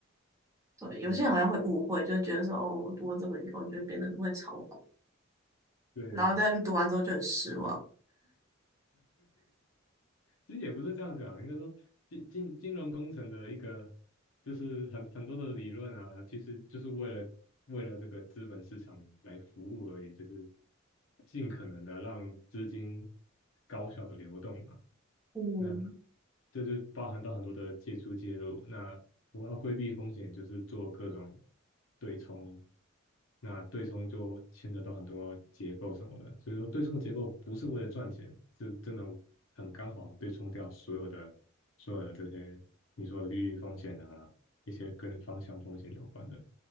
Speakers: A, on the left; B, on the right.
A: <laughs>
B: 对，有些人好像会误会，
A: 嗯，
B: 就觉得说哦，我读了这个以后就会变得很会炒股，
A: 对，
B: 然后但读完之后就很失望。
A: 其实也不是这样讲，应该说金金金融工程的一个就是很很多的理论啊，其实就是为了为了这个资本市场来服务而已，就是尽可能的让资金高效的流动嘛。
B: 嗯
A: 那。这就包含到很多的借出介入。那我要规避风险，就是做各种对冲。那对冲就牵扯到很多结构什么的，所以说对冲结构不是为了赚钱，是真的很刚好对冲掉所有的所有的这些你说的利率风险啊，一些跟方向风险有关的，